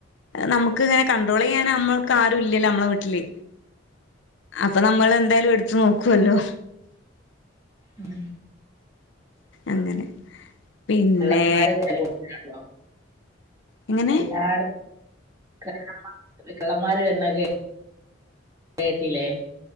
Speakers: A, on the left; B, on the right.
A: നമുക്ക് ഇങ്ങനെ കണ്ട്രോൾ ചെയ്യാൻ നമ്മൾക്ക് ആരു ഇല്ലല്ലോ നമ്മളെ വീട്ടില് അപ്പൊ നമ്മൾ എന്തായാലും എടു നോക്കൂ അല്ലോ
B: ഉം
A: അങ്ങനെ പിന്നെ
B: <unintelligible> <unintelligible>
A: എങ്ങനെ
B: എല്ലാട് ക <inaudible> കള്ളമാര് വരണകേ കേട്ടീലെ